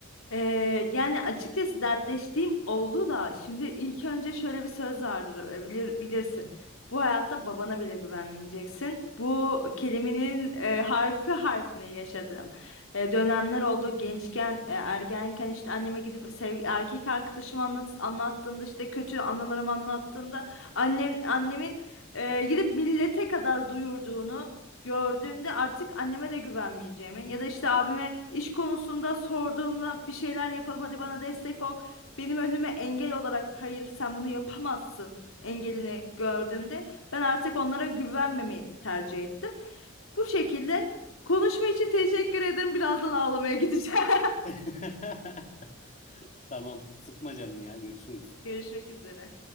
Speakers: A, on the left (about 85°); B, on the left (about 35°).
A: Ee, yani açıkçası dertleştiğim oldu da şimdi ilk önce şöyle bir söz vardır e, bilir, bilirsin. Bu hayatta babana bile güvenmeyeceksin. Bu kelimenin e, harfi harfine yaşadığım e, dönemler oldu. Gençken, e, ergenken işte anneme gidip sev erkek arkadaşımı anlat anlattığımda işte kötü anılarımı anlattığımda annem annemin e, gidip millete kadar duyurduğunu gördüğümde artık
B: Hmm.
A: anneme de güvenmeyeceğimi ya da işte abime iş konusunda sorduğumda bir şeyler yapalım hadi bana destek ol. Benim önüme engel olarak hayır sen bunu yapamazsın engelini gördüğümde ben artık onlara güvenmemeyi tercih ettim. Bu şekilde konuşma için teşekkür ederim. Birazdan ağlamaya gideceğim.
B: <laughs> Tamam, sıkma canını ya. Görüşürüz.
A: <laughs> Görüşmek üzere.